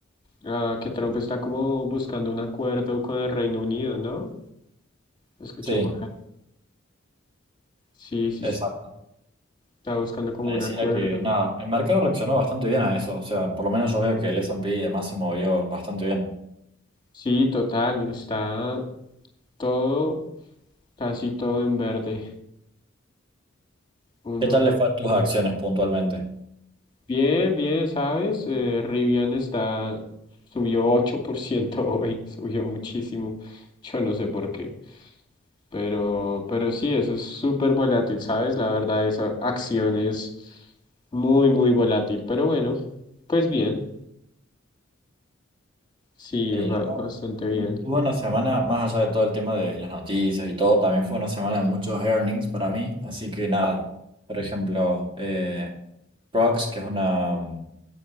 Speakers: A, on the left; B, on the right.
A: ah, que Trump está como buscando un acuerdo con el Reino Unido, ¿no? Escuché
B: Sí,
A: por ahí. Sí, sí,
B: exacto.
A: sí. Está buscando como
B: Pareciera
A: un acuerdo.
B: que, nada, el mercado reaccionó bastante bien a eso. O sea, por lo menos yo veo que el S&P y demás se movió bastante bien.
A: Sí, total. Está todo, casi todo en verde. Uno,
B: ¿Qué tal le fue a tus acciones puntualmente?
A: bien, bien, ¿sabes? Eh, Rivian está, subió 8% hoy, <laughs> subió muchísimo. Yo no sé por qué. Pero, pero sí, eso es súper volátil, ¿sabes? La verdad, esa acción es muy, muy volátil. Pero bueno, pues bien, sí,
B: Sí,
A: va bastante bien.
B: Tuve una semana, más allá de todo el tema de las noticias y todo, también fue una semana de muchos earnings para mí. Así que nada, por ejemplo, eh, Prox, que es una,